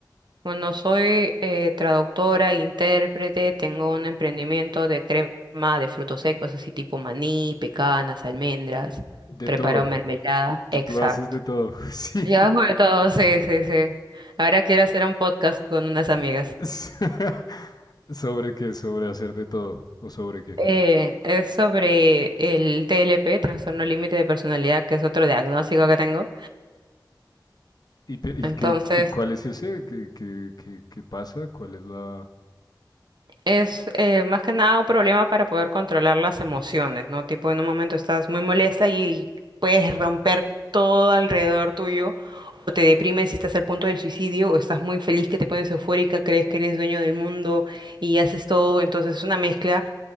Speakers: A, on the right; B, on the left.
A: Bueno, soy eh, traductora, intérprete, tengo un emprendimiento de crema de frutos secos, así tipo maní, pecanas, almendras,
B: De
A: preparo
B: todo.
A: mermelada,
B: Tú,
A: exacto.
B: tú haces de todo. <laughs> Sí.
A: Ya hago de todo, sí, sí, sí. Ahora quiero hacer un podcast con unas amigas.
B: S- <laughs> ¿Sobre qué? ¿Sobre hacer de todo? ¿O sobre qué?
A: Eh, es sobre el TLP, trastorno límite de personalidad, que es otro diagnóstico que tengo.
B: ¿Y, pe- y
A: Entonces,
B: qué, y cuál es ese? ¿Qué, qué, qué, qué pasa? ¿Cuál es la...?
A: Es eh, más que nada un problema para poder controlar las emociones, ¿no? Tipo, en un momento estás muy molesta y puedes romper todo alrededor tuyo, o te deprimes y estás al punto del suicidio, o estás muy feliz que te pones eufórica, crees que eres dueño del mundo y haces todo. Entonces es una mezcla